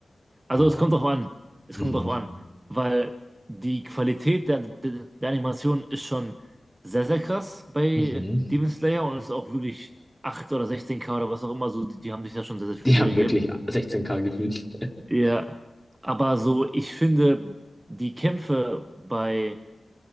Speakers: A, on the right; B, in the centre.
A: Also
B: Boah.
A: es kommt drauf an. Es
B: Mhm,
A: kommt drauf an. Weil die Qualität der, der, der Animation ist schon sehr, sehr krass bei
B: mhm.
A: Demon Slayer und ist auch wirklich 8 oder sechzehn k oder was auch immer. So, die, die haben sich da schon sehr, sehr viel
B: Die
A: Mühe
B: haben
A: gegeben.
B: wirklich 16K gefühlt.
A: Ja, aber so, ich finde die Kämpfe bei